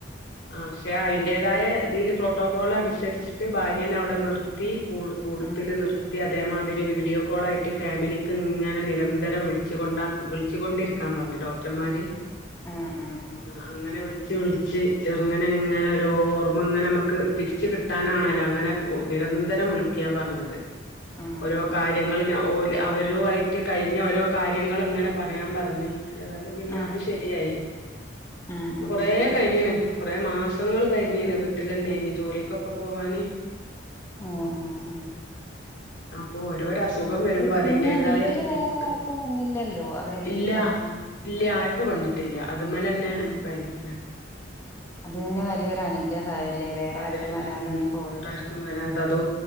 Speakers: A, on the left; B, on the left.
A: ആഹ് ക്ഷേ അയി ന്റെതായ ഇതിൽ പ്രോട്ടോക്കോ അനുസരിച്ചിട്ട് ഭാര്യനെ അവിടെ നിർത്തി കുൾ കൂടുതൽ
B: ആഹ്
A: നിർത്തി തേമാതിരി വീഡിയോ കോളായിട്ട് ഫാമിലിക്ക് ഇങ്ങനെ നിരന്തരം വിളിച്ച് കൊണ്ട വിളിച്ചു കൊണ്ടിരിക്കാൻ പറഞ്ഞു ഡോക്ടർമാര്
B: ആ ആ
A: ആ അങ്ങനെ വിളി ച്ച് വിളിച്ച് ചെറുങ്ങനെ ഇങ്ങനെ ഒരോ ഓർമ്മങ്ങനെ നമുക്ക് തിരിച്ച് കിട്ടാനാണല്ലോ അങ്ങനെ നിരന്തരം വിളിക്കാൻ പറഞ്ഞത്
B: ആഹ്
A: ഓരോ കാര്യങ്ങള്
B: ആഹ്
A: ന ഓല് അവരുവായിട്ട് കഴിഞ്ഞ ഒരോ കാര്യങ്ങള്ങ്ങനെ പറയാൻ പറഞ്ഞ് ഏതായാലും പിന്നെ
B: ആഹ് ആഹ്
A: അത് ശരിയായി
B: ആഹ് ആഹ്
A: കൊറെ കഴിഞ്ഞ് ന് കൊറെ മാസങ്ങള് കഴിഞ്ഞീന് വീട്ടിലന്നെയിന് ജോലിക്കൊക്കെ പോവാന്
B: ആ ആ ആ
A: അപ്പൊ ഓരോരസുഖം വരുമ്പോ അതിന്റതായ
B: പിന്നെ വീട്ടില്
A: ബുദ്ധിമുട്ട്
B: വേറെ ആർക്കും വന്നില്ലല്ലോ അവരെ വീട്ടിലൊന്നും
A: ഇല്ല ഇല്ല ആർക്കും വന്നിട്ടില്ല അത് മേലന്നെ
B: ഉം
A: കഴിഞ്ഞിന്ന്
B: അത് തന്നെ വലിയൊരു അനുഗ്രഹായല്ലേ
A: ഉം
B: വേറെ
A: അതെ
B: ആർക്കും വരാതങ്ങ്
A: ഉം
B: പോയത്
A: വേറാർക്കും വരാതെതോ